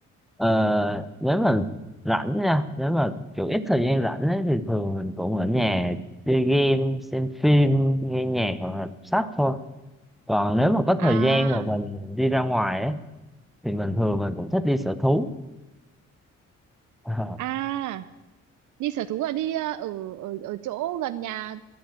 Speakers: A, in the centre; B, on the right.
A: ờ, nếu mà rảnh nha, nếu mà kiểu ít thời gian rảnh ấy, thì thường mình cũng ở nhà chơi game, xem phim, nghe nhạc hoặc là đọc sách thôi. còn nếu mà có
B: À,
A: thời gian mà mình đi ra ngoài ấy, thì mình thường mình cũng thích đi sở thú <laughs> Ờ,
B: à, đi sở thú à đi ờ, ở ở ở chỗ gần nhà